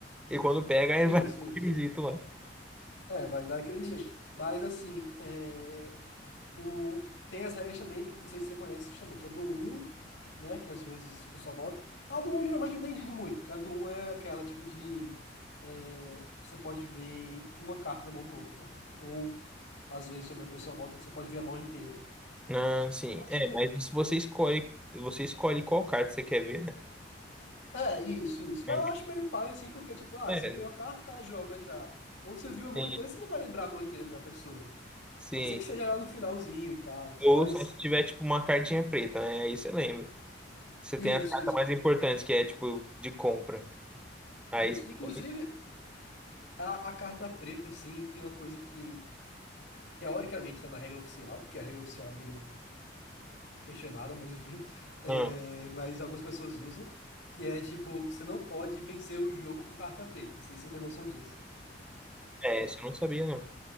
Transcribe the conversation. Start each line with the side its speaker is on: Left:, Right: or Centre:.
Centre: E quando pega, aí
Left: é
Centre: vai,
Left: isso,
Centre: <laughs>
Left: é isso.
Centre: acredito lá.
Left: É, vai dar aquele jeito. Mas, assim, é, o, tem as regras também, não sei se você conhece justamente, é do um né, que às vezes o pessoal bota. A do um geralmente eu nem ligo muito, porque a do um é aquela tipo de. é, você pode ver uma carta da mão do outro, né? Tipo, Ou às vezes também o pessoal bota que você pode ver a mão inteira.
Centre: Ah, sim.
Left: Mas,
Centre: É,
Left: tipo,
Centre: mas isso você escolhe, você escolhe qual carta você quer ver,
Left: é isso, isso. Mas
Centre: né?
Left: eu acho meio pai assim, porque, tipo, ah,
Centre: É,
Left: você viu a carta, o cara joga já. Ou você viu a mão
Centre: sim,
Left: inteira, você não vai lembrar a mão inteira da pessoa.
Centre: sim.
Left: A não ser que esteja lá no finalzinho e tal.
Centre: Ou
Left: Mas,
Centre: só se tiver, tipo, uma cartinha preta, né? Aí você lembra. Você
Left: isso,
Centre: tem as cartas
Left: isso,
Centre: mais importantes, que é tipo de compra. Aí
Left: isso.
Centre: você
Left: Inclusive,
Centre: também.
Left: a, a carta preta, assim, tem uma coisa que, teoricamente, tá na regra oficial, porque a regra oficial é meio questionada, mas enfim. É,
Centre: Ah,
Left: mas algumas pessoas usam, que é, tipo, você não pode vencer o jogo com carta preta. Não sei se você tem noção disso.
Centre: é, essa eu não sabia, não.